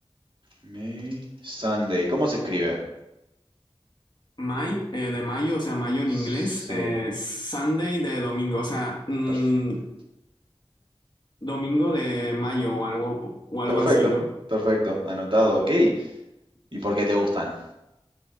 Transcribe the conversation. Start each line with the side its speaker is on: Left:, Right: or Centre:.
Right: May Sunday. ¿Cómo se escribe?
Left: May, eh, de mayo, o sea, mayo en
Right: Sí,
Left: inglés, eh, Sunday de domingo, o sea, mm,
Right: perfecto.
Left: domingo de mayo o algo, o algo
Right: Perfecto,
Left: así, ¿no?
Right: perfecto. Anotado, ok. ¿Y por qué te gustan?